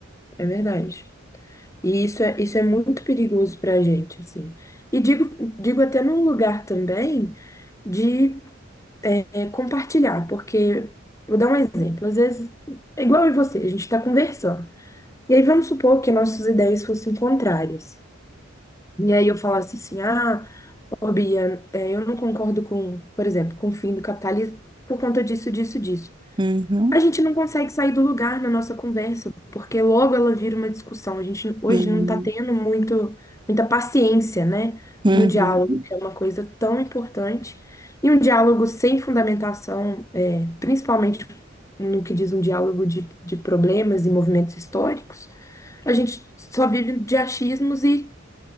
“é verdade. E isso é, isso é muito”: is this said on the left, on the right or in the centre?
Left